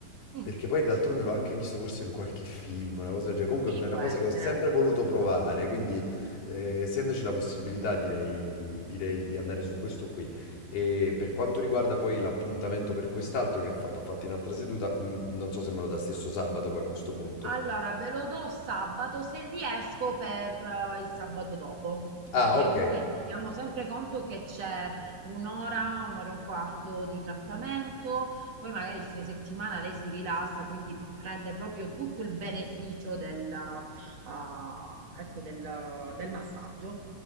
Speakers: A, on the right; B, on the left.
A: Mm,
B: perché poi d'altronde l'ho anche visto forse in qualche film, una cosa del genere, comunque
A: sì,
B: è una
A: può
B: cosa
A: essere.
B: che ho sempre voluto provare, quindi eh, essendoci la possibilità direi, direi di andare su questo qui. E per quanto riguarda poi l'appuntamento per quest'altro che fa- va fatto in altra seduta, mh, non so se me lo dà stesso sabato poi a questo punto.
A: Allora, ve lo do sabato se riesco per eh, il sabato dopo.
B: Ah,
A: Perché
B: ok,
A: comunque teniamo sempre conto che c'è un'ora, un'ora e un quarto di trattamento, poi magari il fine settimana lei si rilassa, quindi prende proprio tutto il beneficio del, eh, ecco, del, del massaggio.